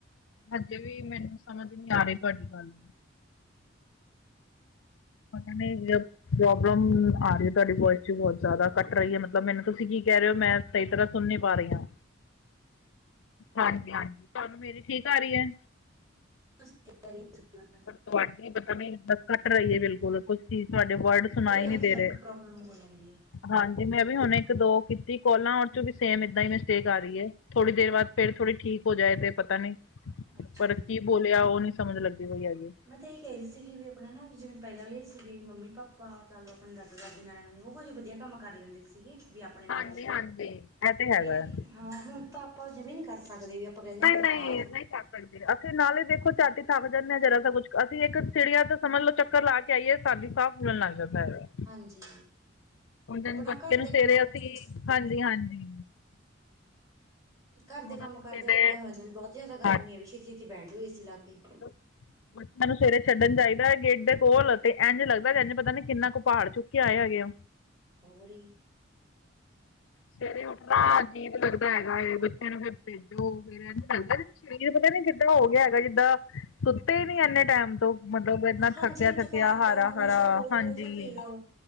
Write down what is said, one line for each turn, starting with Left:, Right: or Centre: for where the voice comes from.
Left: ਹਜੇ ਵੀ ਮੈਨੂੰ ਸਮਝ ਨੀ ਆ ਰਹੀ ਤੁਹਾਡੀ ਗੱਲ। ਪੱਤਾ ਨੀ ਜੀ ਓਹ ਪ੍ਰੋਬਲਮ ਆ ਰਹੀ ਹੈ ਤੁਹਾਡੀ ਵੋਇਸ ਚ ਬਹੋਤ ਜ਼ਿਆਦਾ ਕੱਟ ਰਹੀ ਹੈ ਮਤਲਬ ਮੈਨੂੰ ਤੁਸੀਂ ਕੀ ਕਹਿ ਰਹੇ ਹੋ ਮੈਂ ਸਹੀ ਤਰਾਂ ਸੁਣ ਨੀ ਪਾ ਰਹੀ ਆ, ਹਾਂਜੀ- ਹਾਂਜੀ ਤੁਹਾਨੂੰ ਮੇਰੀ ਠੀਕ ਆ ਰਹੀ ਹੈ।
Right: <unintelligible>
Left: ਪਰ ਤੁਹਾਡੀ ਪਤਾ ਨਹੀਂ ਕੱਟ ਰਹੀ ਹੈ ਬਿਲਕੁਲ ਕੁਛ ਚੀਜ਼ ਤੁਹਾਡੇ ਵਰਡ ਸੁਣਾਈ
Right: ਇਹ ਨੈਟਵਰਕ
Left: ਨਹੀਂ ਦੇ ਰਹੇ
Right: ਪ੍ਰੋਬਲਮ ਹੋ ਜਾਂਦੀ ਹੈ।
Left: ਹਾਂਜੀ ਮੈਂ ਵੀ ਹੁਣ ਇੱਕ- ਦੋ ਕੀਤੀ ਕੋਲਾਂ ਚੋ ਵੀ ਸੇਮ ਇੱਦਾਂ ਹੀ ਮਿਸਟੇਕ ਆ ਰਹੀ ਹੈ, ਥੋੜੀ ਦੇਰ ਬਾਅਦ ਫੇਰ ਥੋੜੀ ਠੀਕ ਹੋ ਜਾਏ ਤੇ ਪਤਾ ਨੀ
Right: ਅੱਛਾ
Left: ਪਰ
Right: ਜੀ
Left: ਕੀ ਬੋਲਿਆ ਉਹ ਨੀ ਸਮਝ ਲੱਗਦੀ ਪਈ ਹੈਗੀ।
Right: ਮੈਂ ਤਾਂ ਇਹੀ ਕਹਿ ਰਹੀ ਸੀਗੀ ਵੀ ਆਪਣਾ ਨਾ ਵੀ ਜਿਵੇਂ ਪਹਿਲਾਂ ਲਈ ਸੀਗੀ ਮੰਮੀ ਪਾਪਾ ਯਾ ਲਓ ਆਪਣੇ ਦਾਦਾ ਦਾਦੀ, ਨਾੜ- ਨਾਨੀ ਉਹ ਹੀ ਵਧੀਆ ਕੰਮ ਕਰ ਲੈਂਦੇ ਸੀਗੀ ਵੀ ਆਪਣੇ ਨਾਲੋਂ,
Left: ਹਾਂਜੀ ਹਾਂਜੀ ਇਹ ਤਾਂ
Right: ਬੀ।
Left: ਹੈਗਾ ਹੈ।
Right: ਹਾਂ ਹੁਣ ਤਾਂ ਆਪਾਂ ਜਵਾ ਹੀ ਨੀ ਕਰ ਸਕਦੇ ਵੀ ਆਪਾਂ ਕਹਿੰਦੇ
Left: ਨਹੀਂ
Right: ਮੇਰੇ
Left: ਨਹੀਂ
Right: ਤਾਂ ਆ ਜੀ
Left: ਨਹੀਂ ਥੱਕ ਸਕਦੇ ਅਸੀਂ ਨਾਲ ਹੀ ਦੇਖੋ ਝੱਟ ਹੀ ਥੱਕ ਜਾਂਦੇ ਹਾਂ ਜ਼ਰਾ ਤਾਂ ਕੁੱਛ ਅਸੀਂ ਜੇਕਰ ਸੀੜੀਆਂ ਤੋਂ ਸਮਝ ਲੋ ਚ ਚੱਕਰ ਲਾ ਕੇ ਆਈਏ ਤਦ ਹੀ ਸਾਹ ਫੁੱਲਣ ਲੱਗ ਜਾਂਦਾ ਹੈਗਾ।
Right: ਹਾਂਜੀ
Left: ਹੁਨ ਜਿਵੇਂ
Right: ਆਪਣਾ
Left: ਬੱਚੇ
Right: ਘਰ
Left: ਨੂੰ
Right: ਦੇ
Left: ਸਵੇਰੇ
Right: ਕੰਮਾਂ 'ਚ
Left: ਅਸੀਂ ਹਾਂਜੀ- ਹਾਂਜੀ।
Right: ਘਰ ਦੇ
Left: ਹੁਣ
Right: ਕੰਮ
Left: ਅਸੀਂ
Right: ਕਰਦੇ
Left: ਸਵੇਰੇ
Right: ਤਾਂ ਆਪਾਂ ਨੂੰ ਬਹੋਤ ਜ਼ਿਆਦਾ ਗਰਮੀ
Left: ਹਾਂਜੀ
Right: ਆ ਵੀ ਛੇਤੀ- ਛੇਤੀ ਬੈਠ ਜਾਓ ਐ ਸੀ ਲਾ ਕੇ।
Left: <unintelligible> ਮੈਨੂੰ ਸਵੇਰੇ ਛੱਡਣ ਚਾਹੀਦਾ ਹੈ ਗੇਟ ਦੇ ਕੋਲ ਇੰਝ ਲੱਗਦਾ ਇੰਝ ਪਤਾ ਨੀ ਕਿੰਨਾ ਕੁ ਪਹਾੜ ਚੁੱਕ ਕੇ ਆਏ ਹੈਗੇ ਆ।
Right: ਹੋਰੀ
Left: ਸਵੇਰੇ ਉੱਠਣਾ ਅਜੀਬ ਲੱਗਦਾ ਹੈਗਾ ਐ ਬੱਚਿਆਂ ਨੂੰ ਫੇਰ ਭੇਜੋ ਫੇਰ ਇੰਜ ਲੱਗਦਾ ਜਿਵੇਂ - ਸਰੀਰ ਪਤਾ ਨੀ ਕਿੱਦਾਂ ਹੋ ਗਿਆ ਹੈਗਾ ਜਿੱਦਾਂ ਸੁੱਤੇ ਹੀ ਨੀ ਇੰਨੇ ਟਾਈਮ ਤੋਂ। ਮਤਲਬ ਇਨਾ
Right: ਹਾਂਜੀ
Left: ਥੱਕਿਆ-
Right: ਥਕਾਵਟ
Left: ਥੱਕਿਆ ਹਾਰਾ-
Right: ਹਮੇਸ਼ਾ
Left: ਹਾਰਾ
Right: ਲੋ ਲੋ
Left: ਹਾਂਨਜੀ।
Right: ਜਾਂ ਫੀਲ